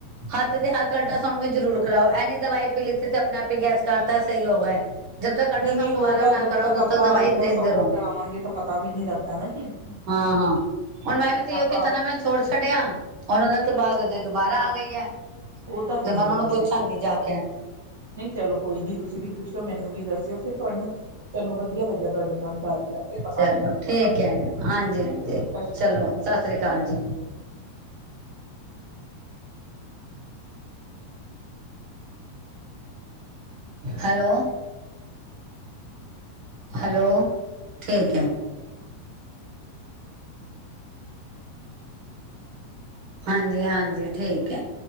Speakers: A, on the right (about 40°); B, on the right (about 60°).
A: ਹੱਥ ਦੇ ਹੱਥ ਅਲਟਰਾਸਾਊਂਡ ਵੀ ਜ਼ਰੂਰ ਕਰਾਓ ਇਹਨੇ ਦਵਾਈ ਪੀ ਲਿੱਤੀ ਤੇ ਆਪਣੇ ਆਪ ਹੀ ਗੈਸ ਕਰਢਤਾ ਸਹੀ ਹੋ ਗਿਆਏ ਜਦ ਤੱਕ ਅਲਟਰਰਾਸਾਊਡ
B: ਨਹੀਂ ਨਹੀਂ
A: ਦੁਬਾਰਾ
B: ਉਹ ਤਾਂ
A: ਨਾ
B: ਜਦੋਂ
A: ਕਰਾੋ ਤਦ
B: ਆਪਾਂ
A: ਤੱਕ ਦਵਾਈ
B: ਅਲਟਰਾਸਾਊਂਡ
A: ਦੇਿੰਦੇ ਰਹੋ
B: ਨਹੀਂ ਕਰਾਵਾਂਗੇ ਤਾਂ ਪਤਾ ਵੀ ਨਹੀਂ ਲੱਗਦਾ ਨਾ ਕਿ ਨਿਕਲੀ
A: ਹਾਂ
B: ਵੀ ਹੈ
A: ਹਾਂ
B: ਕਿ ਨਹੀਂ ਨਿਕਲੀ
A: ਹੁਣ ਮੈਂ
B: ਐਵੇਂ
A: ਵੀ ਤੇ
B: ਆਪਾਂ
A: ਕਿਤੇ ਨਾ ਮੈਂ ਛੋੜ ਛੱਡਿਆ ਹਣ ਉਹਦਾ ਉਸ ਤੋਂ ਬਾਅਦ ਅਜੇ ਦੁਬਾਰਾ ਆ ਗਈ ਹੈ
B: ਉਹ ਤਾਂ
A: ਤੇ
B: ਹੁੰਦਾ
A: ਮੈਂ ਉਹਨਾਂ
B: ਹੀ
A: ਨੂੰ
B: ਹੈ
A: ਪੁੱਛਾਂਗੀ
B: ਦੇਖੋ ਨਹੀਂ
A: ਜਾ ਕੇ
B: ਚਲੋ ਕੋਈ ਨਹੀਂੀ ਤੁਸੀਂ ਵੀ ਪੁੱਛ ਮੈਨੂੰ ਵੀ ਦੱਸਿਓ ਫਿਰ ਤੁਹਾਨੂੰ ਚਲੋ ਵਧੀਆ ਲੱਗਿਆ ਤੁਹਾਡੇ ਨਾਲ ਗੱਲ ਕਰਕੇ ਪਤਾ
A: ਚਲੋ
B: ਵੀ ਲੱਗ ਗਿਆ
A: ਠੀਕ
B: ਮੈਨੂੰ
A: ਹੈ ਹਾਂਜੀ
B: ਠੀਕ
A: ਹਾਂਜੀ
B: ਹੈ ਸਤਿ ਸ਼੍ਰੀ
A: ਚਲੋ
B: ਅਕਾਲ
A: ਸਤਿ ਸ੍ਰੀ ਅਕਾਲ ਜੀ ਹੈਲੋ ਹੈਲੋ ਠੀਕ ਹੈ ਹਾਂਜੀ ਹਾਂਜੀ ਠੀਕ ਹੈ